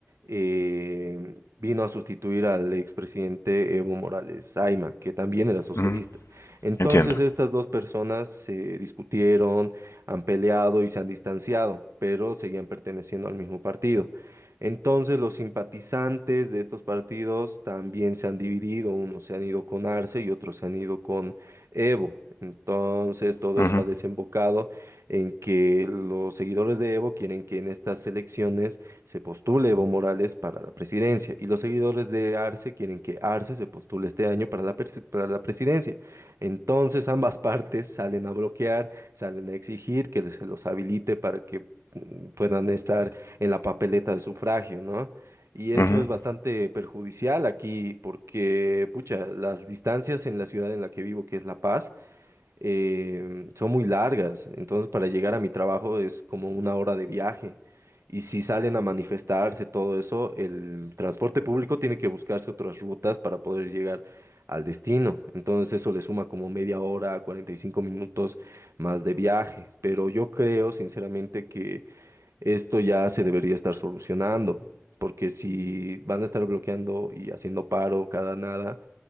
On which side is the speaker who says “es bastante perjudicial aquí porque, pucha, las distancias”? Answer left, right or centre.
Right